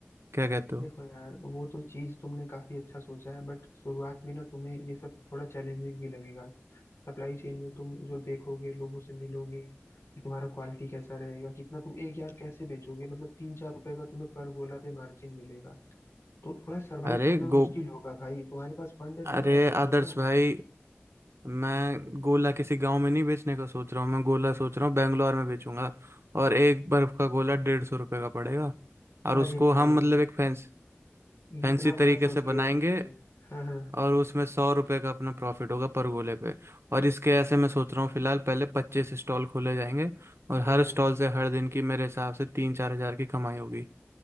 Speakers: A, on the right; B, on the left.
A: क्या कहते हो
B: देखो यार वो तो चीज तुमने काफी अच्छा सोचा है बट शुरुआत में ना तुम्हें ये सब थोड़ा चैलेंजिंग भी लगेगा सप्लाई चेन में तुम जो देखोगे लोगों से मिलोगे फिर तुम्हारा क्वालिटी कैसा रहेगा कितना तुम एक यार कैसे बेचोगे मतलब तीन चार रुपए का तुम्हें पर गोला पे मार्जिन मिलेगा तो थोड़ा सरवाइव
A: अरे
B: करना
A: गो
B: मुश्किल होगा भाई तुम्हारे पास फंड है तो
A: अरे
B: बड़ा सोचो
A: आदर्श
B: ना
A: भाई मैं गोला किसी गांव में नहीं बेचने का सोच रहा हूँ मैं गोला सोच रहा हूँ बेंगलोर में बेचूंगा और एक बर्फ का गोला डेढ़ सौ रुपये का पड़ेगा और
B: अरे
A: उसको
B: भाई
A: हम मतलब एक फैंस फैंसी
B: इतना
A: तरीके
B: बड़ा सोच
A: से बनाएंगे
B: लिया तुमने हाँ हाँ
A: और उसमें सौ रुपये का अपना प्रॉफिट होगा पर गोले पे और इसके ऐसे मैं सोच रहा हूँ फिलहाल पहले पच्चीस स्टॉल खोले जाएंगे और
B: हाँ
A: हर
B: हाँ
A: स्टॉल से हर दिन की मेरे हिसाब से तीन चार हजार की कमाई होगी